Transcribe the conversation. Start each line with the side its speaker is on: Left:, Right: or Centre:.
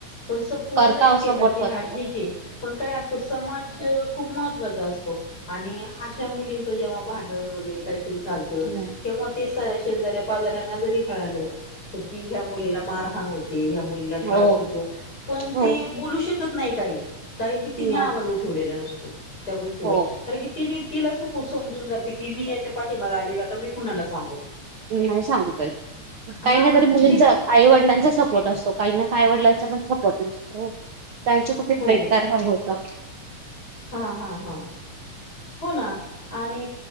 Left: पण सपोर्ट
Right: करता
Left: जरी
Right: हो
Left: केला
Right: सपोर्ट
Left: की
Right: करतो
Left: हा ठीक आहे. पण काय अस तो समाज हो. खूप महत्त्वाचा असतो. आणि अशा मुलीं जेव्हा भांडण वगैरे काही तरी चालतं
Right: हम्म.
Left: तेव्हा ते <unintelligible> शेजऱ्या पाजाऱ्यांना जरी कळालं. की ह्या मुलीला मारहाण होते. ह्या मुलीला त्रास
Right: हो
Left: होतो. पण
Right: हो
Left: ते बोलू शकत नाही. काही कारण की तिने
Right: नाही
Left: आवजत केला नसतो. त्या गोष्टीवर
Right: हो
Left: कार की ति तिला सुकू समजून जाते. की मी याच्या पाठी माग आली आता मी कुणाला सांगो.
Right: नाही सांगतोय काही
Left: हा
Right: ना तरी मुलींचा
Left: तिला
Right: आईवडिलांचा सपोर्ट असतो काही ना आईवडिलांचा पण सपोर्ट नसतो. त्यांच्या कसच
Left: हो
Right: बेटकारार होत. <inaudible> <inaudible>
Left: हा हा हा हो ना आणि